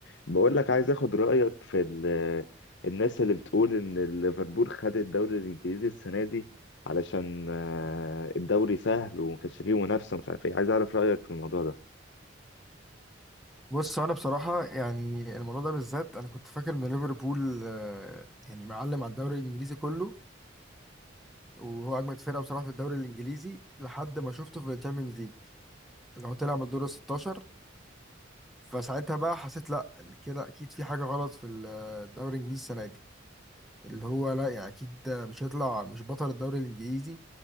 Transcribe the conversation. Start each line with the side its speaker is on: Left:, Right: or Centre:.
Left: بقول لك عايز اخد رأيك في ال- الناس اللي بتقول ان ليفربول خد الدوري الانجليزي السنة دي علشان آه، الدوري سهل وما كانش فيه منافسة مش عارف ايه عايز اعرف رأيك في الموضوع ده
Centre: بص انا بصراحه يعني الموضوع ده بالذات انا كنت فاكر ان ليفربول آه، يعني معلم على الدوري الانجليزي كله وهو اجمد فرقه بصراحه في الدوري الانجليزي لحد ما شفته في الشامبيونز ليج اللي هو طلع من الدور ال 16 فساعتها بقى حسيت لا إن كده اكيد في حاجه غلط في ال- آه، الدوري الانجليزي السنه دي اللي هو لا يعني اكيد ده مش هيطلع مش بطل الدوري الانجليزي